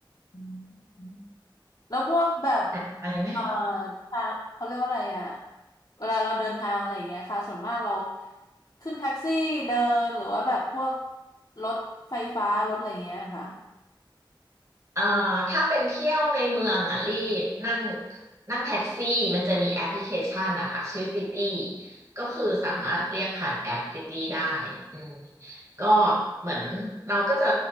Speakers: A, on the left; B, on the right.
A: อืมแล้วพวกแบบ
B: หนักไปไหม
A: เอ่อทางเขาเรียกว่าอะไรอ่ะเวลาเราเดินทางอะไรอย่างเงี้ยค่ะส่วนมากเราขึ้นแท็กซี่เดินหรือว่าแบบพวกรถไฟฟ้ารถอะไรอย่างเงี้ยค่ะ
B: เอ่อถ้าเป็นเที่ยวในเมืองอ่ะรีนั่งนั่งแท็กซี่มันจะมีแอปพลิเคชันนะคะชื่อติตี้ก็คือสามารถเรียกผ่านแอปติตี้ได้อืมก็เหมือนเราก็จะ